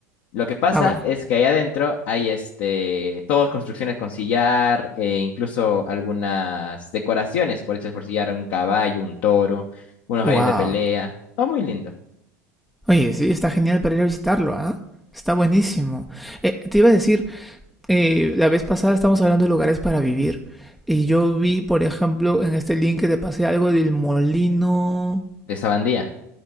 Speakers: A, on the left; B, in the centre.
A: Lo que pasa
B: Ah, bueno.
A: es que ahí adentro hay este, todas construcciones con sillar, e incluso algunas decoraciones por hechas por sillar, un caballo, un toro, unos
B: Wow.
A: gallos de pelea. Todo muy lindo.
B: Oye, sí, está genial para ir a visitarlo, ¿ah? Está buenísimo. Eh, te iba a decir, eh, la vez pasada estamos hablando de lugares para vivir. Y yo vi, por ejemplo, en este link que te pasé algo del molino.
A: De Sabandía.